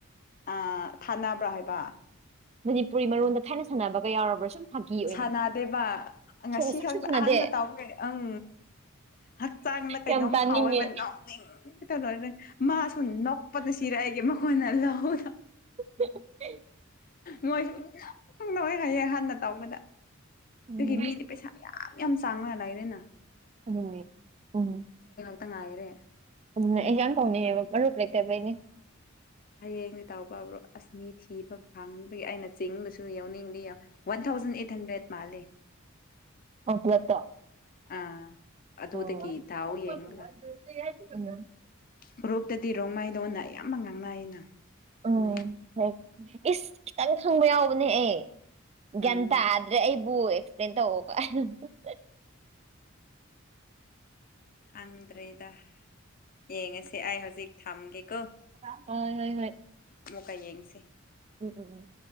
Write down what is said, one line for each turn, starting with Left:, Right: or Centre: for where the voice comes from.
Left: ꯑ ꯊꯥꯅꯕ꯭ꯔꯥ ꯍꯥꯏꯕ
Right: ꯃꯅꯤꯄꯨꯔꯤ ꯃꯔꯣꯟꯗ ꯊꯥꯏꯅ ꯁꯥꯟꯅꯕꯒ ꯌꯥꯎꯔꯕ꯭ꯔꯥ ꯁꯨꯝ ꯐꯥꯒꯤ ꯑꯣꯏꯅ
Left: ꯁꯥꯟꯅꯗꯦꯕ ꯉꯁꯤ
Right: ꯁꯨꯡꯁꯥꯟ
Left: ꯈꯛꯇ
Right: ꯁꯥꯟꯅꯗꯦ
Left: ꯑꯍꯥꯟꯕ ꯇꯧꯕꯅꯦ ꯑꯪ ꯍꯛꯆꯥꯡꯗ ꯀꯩꯅꯣꯝ
Right: ꯌꯥꯝ ꯇꯥꯅꯤꯡꯉꯦ
Left: ꯐꯥꯎꯋꯦꯕ ꯅꯣꯛꯅꯤꯡ ꯀꯩꯇꯧꯅꯣ ꯃꯥꯁꯨ ꯅꯣꯛꯄꯗ ꯁꯤꯔꯦ ꯑꯩꯒꯤ ꯀꯣꯟꯅ ꯂꯍꯧꯂꯣ
Right: <unintelligible>
Left: ꯃꯣꯏꯁꯨ <unintelligible> ꯍꯥꯏꯌꯦ ꯍꯥꯟꯅ ꯇꯧꯕꯗ
Right: ꯎꯝ
Left: ꯑꯗꯨꯒꯤ ꯃꯤꯗꯤ ꯄꯩꯁꯥ ꯃꯌꯥꯝ ꯃꯌꯥꯝ ꯆꯪꯂꯒ ꯂꯩꯔꯦꯅ
Right: ꯑꯗꯨꯅꯦ ꯎꯝ
Left: ꯇ ꯉꯥꯏꯔꯦ
Right: ꯎꯝ ꯑꯩ ꯌꯥꯝꯥꯟ ꯇꯧꯅꯤꯡꯉꯦꯕ ꯃꯔꯨꯞ ꯂꯩꯇꯕꯩꯅꯦ
Left: ꯍꯌꯦꯡꯗꯤ ꯇꯥꯎꯕ ꯄꯥꯕ꯭ꯔꯣ ꯑꯁ ꯃꯤ ꯊꯤꯕ ꯐꯪꯕꯒꯤ ꯑꯩꯅ ꯆꯤꯡꯕꯁꯨ ꯌꯥꯎꯅꯤꯡꯗ ꯋꯥꯟ ꯊꯥꯎꯖꯟ ꯑꯩꯠ ꯍꯟꯗ꯭ꯔꯦꯗ ꯃꯥꯜꯂꯤ
Right: ꯑꯣ ꯄꯨꯂꯞꯇꯣ
Left: ꯑꯥ
Right: ꯑꯣ
Left: ꯑꯗꯨꯗꯒꯤ ꯗꯥꯎ ꯌꯦꯡꯂꯒ ꯒ꯭ꯔꯨꯞꯇꯗꯤ ꯔꯣꯡꯃꯥꯏꯗꯧꯅ ꯑꯌꯥꯝꯕ ꯉꯥꯡꯅꯩꯅ <unintelligible>
Right: ꯎꯝ ꯍꯣꯏ ꯏꯁ ꯈꯤꯇꯪ ꯈꯪꯕ ꯌꯥꯎꯕꯅꯦ ꯑꯦ ꯒ꯭ꯌꯥꯟ
Left: ꯎꯝ
Right: ꯇꯥꯗ꯭ꯔꯦ ꯑꯩ ꯕꯨ ꯑꯦꯛꯁꯄ꯭ꯂꯦꯟ ꯇꯧ <unintelligible>
Left: ꯈꯪꯗ꯭ꯔꯦꯗ ꯌꯦꯡꯉꯁꯤ ꯑꯩ ꯍꯧꯖꯤꯛ ꯊꯝꯒꯦꯀꯣ
Right: ꯑ ꯍꯣꯏ ꯍꯣꯏ
Left: ꯑꯃꯨꯛꯀ ꯌꯦꯡꯁꯦ
Right: ꯎꯝ ꯎꯝ ꯎꯝ